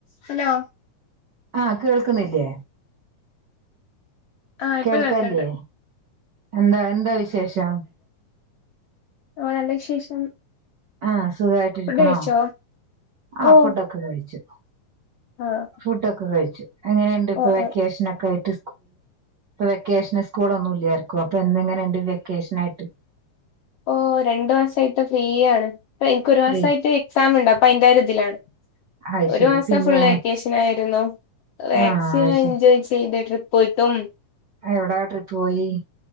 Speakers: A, on the left; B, on the right.
A: Hello
B: ആഹ് കേൾക്കുന്നില്ലേ
A: ആഹ് ഇപ്പൊ
B: കേൾക്കല്ലേ
A: കേൾക്കണ്ട്
B: എന്താ എന്താ വിശേഷം
A: ഓ നല്ല വിശേഷം
B: ആ സുഖായിട്ടിരിക്കണോ
A: ഫുഡ് കഴിച്ചോ
B: ആഹ്
A: ഓഹ്
B: ഫുഡ്‌ ഒക്കെ കഴിച്ചു
A: ആഹ്
B: ഫുഡ്‌ ഒക്കെ കഴിച്ചു എങ്ങനെയുണ്ട് ഇപ്പൊ
A: ഓഹ്
B: വെക്കേഷന്
A: ഓഹ്
B: ഒക്കെ ആയിട്ട് വെക്കേഷന് സ്കൂൾ ഇല്ല ആർക്കും എന്ന് ങ്ങനെ ഇണ്ട് വെക്കേഷന് ഒക്കെ ആയിട്ട്
A: ഓ രണ്ട് മാസായിട്ട് ഫ്രീ ആണ് എനിക്ക് ഒരു
B: ഫ്രീ
A: മാസയിട്ട് എക്സാംമിണ്ട് അതിന്റെ ഒരുത്തിലാണ്
B: അത്
A: ഒരു
B: ശരി
A: മാസം
B: പിന്നെ
A: ഫുൾ വെക്കേഷൻ ആയിരുന്നു മാക്സിമം
B: ആഹ് അത് ശരി
A: എൻജോയ് ചെയ്തു ട്രി പോയിട്ടും
B: എവിടാ ട്രിപ്പ്‌ പോയി